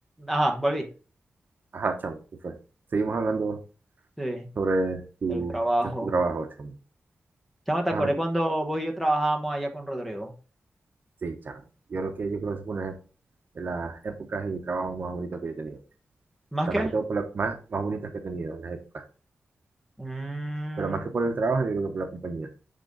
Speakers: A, in the centre; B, on the right.
A: Ajá, volví.
B: Ajá, chamo. Entonces, seguimos hablando
A: Sí,
B: sobre tu,
A: del trabajo.
B: tu, tu trabajo, chamo.
A: Chamo, te acordé
B: Ajá,
A: cuando vos y yo trabajábamos allá con Rodrigo.
B: sí, chamo. Yo lo que yo creo que fue una de las épocas y trabajos más bonitos que yo he tenido. O
A: ¿Más
B: sea,
A: qué?
B: más que todo por las más, más bonitas que he tenido en las épocas.
A: Mm,
B: Pero más que por el trabajo, yo creo que por la compañía.